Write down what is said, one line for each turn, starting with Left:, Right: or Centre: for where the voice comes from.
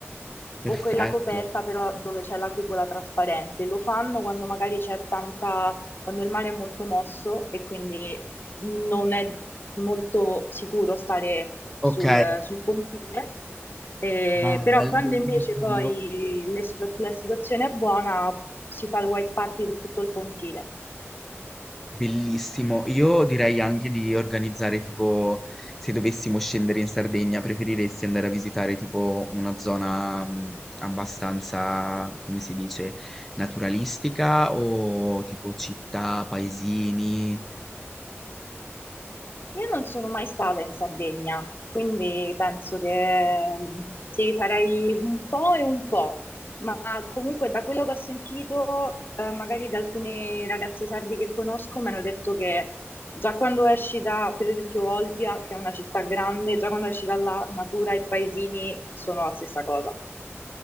Centre: perfetto.
Left: o quella coperta però dove c'è la cupola trasparente. Lo fanno quando magari c'è tanta, quando il mare è molto mosso e quindi non è molto sicuro stare
Centre: Ok,
Left: sul, sul pontile. Eh,
Centre: bello,
Left: però quando invece
Centre: mio Dio.
Left: poi le situa- la situazione è buona si fa il white party su tutto il pontile.
Centre: Bellissimo. Io direi anche di organizzare tipo, se dovessimo scendere in Sardegna, preferiresti andare a visitare tipo una zona mh, abbastanza, come si dice, naturalistica o tipo città, paesini?
Left: Io non sono mai stata in Sardegna, quindi penso che sì, farei un po' e un po', ma comunque da quello che ho sentito, eh, magari da alcuni ragazzi sardi che conosco, mi hanno detto che già quando esci da, per esempio, Olbia, che è una città grande, già quando esci dalla natura e paesini sono la stessa cosa.